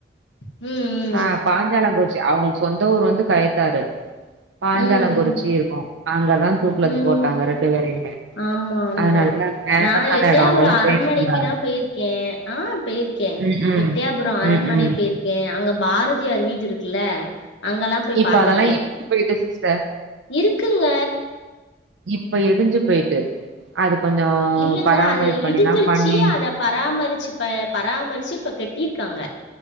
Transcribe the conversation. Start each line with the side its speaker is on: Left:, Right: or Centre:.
Left: ம்
Right: ஆஹ் பாஞ்சாலகோ அவங்களுக்கு சொந்த ஊரு வந்து கயத்தாரு பாஞ்சாலம்குறிச்சி
Left: ம்
Right: இருக்கும் அங்கதான் தூக்குல
Left: ம்
Right: போட்டாங்க
Left: ம்
Right: ரெண்டு பேரையுமே
Left: ஆமா ஆமா
Right: அதனால ஃபேமஸான
Left: நான் எட்டயாபுரம்
Right: எடோ அங்கெல்லா
Left: அரண்மனைக்கு
Right: போயிருக்கீங்களா
Left: நான் போயிருக்கேன் ஆஹ் போயிருக்கேன்
Right: ம் ம்
Left: எட்டியாபுரம் அரண்மனை
Right: ம் ம்
Left: போயிருக்கேன் அங்க பார எம்ஜிஆர் வீடு இருக்குல அங்கல்லாம் போய்
Right: இப்ப
Left: பார்த்தருக்கேன்
Right: அதெல்லா இடிஞ்சு போயிட்டு சிஸ்டர்
Left: இருக்குங்க
Right: இப்ப இடிஞ்சு போயிட்டு அது கொஞ்சோ
Left: இல்லங்க
Right: பராமரிப்பு
Left: அத
Right: பண்ணிலா
Left: இடிஞ்சிருச்சு
Right: பண்ணி
Left: அத பராமரிச்சு பராமரிச்சு இப்ப கட்டிருக்காங்க